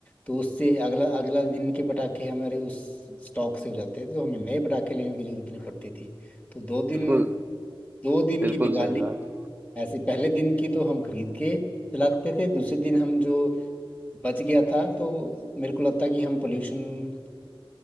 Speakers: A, on the left; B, on the right.
A: तो उससे अगला अगला दिन के पटाखे हमारे उस स्टॉक से हो जाते थे तो हमें नए पटाखे लेने की जरूरत नहीं पड़ती थी तो दो दिन
B: बिल्कुल
A: दो दिन
B: बिल्कुल
A: की दिवाली
B: सही बात
A: ऐसे पहले दिन की तो हम खरीद के चलाते थे दूसरे दिन हम जो बच गया था तो मेरे को लगता है कि हम पोल्यूशन